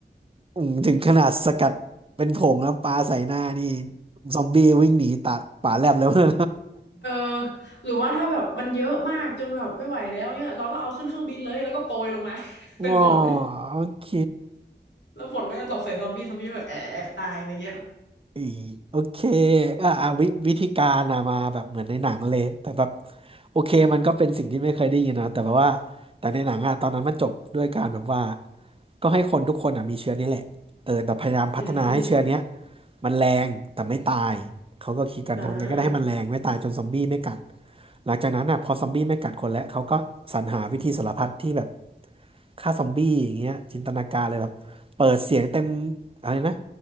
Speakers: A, on the right (about 30°); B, on the left (about 70°).
A: อืมถึงขนาดสกัดเป็นผงแล้วปลาใส่หน้านี่ ซอมบี้วิ่งหนีตัดป่าแลบแล้วนะ
B: เออหรือว่าถ้าแบบมันเยอะมากจนแบบไม่ไหวแล้วเนี่ยเราก็เอาขึ้นเครื่องบินเลยแล้วก็โปรยลงมา
A: <laughs>
B: <laughs>
A: อ๋อ
B: เป็นฝน
A: โอเค
B: <laughs> แล้วฝนก็จะตกใส่ซอมบี้ซอมบี้แบบแอะแอะตายอะไรเงี้ย
A: อีโอเคอ่ะอ่ะวิวิธีการอะมาแบบเหมือนในหนังเลยแต่แบบโอเคมันก็เป็นสิ่งที่ไม่เคยได้ยินนะแต่แบบว่าแต่ในหนังอะตอนนั้นมันจบด้วยการแบบว่าก็ให้คนทุกคนอะมีเชื้อนี้แหละเออแต่พยายามพัฒนาให้เชื้อเนี้ย
B: อืม
A: มันแรงแต่ไม่ตายเขาก็คิดกันทำไงก็ได้ให้มันแรงไม่ตายจนซอมบี้ไม่กัด
B: อ่า
A: หลังจากนั้นอ่ะพอซอมบี้ไม่กัดคนแล้วเขาก็สรรหาวิธีสารพัดที่แบบฆ่าซอมบี้อย่างเงี้ยจินตนาการเลยแบบเปิดเสียงเต็มอะไรนะ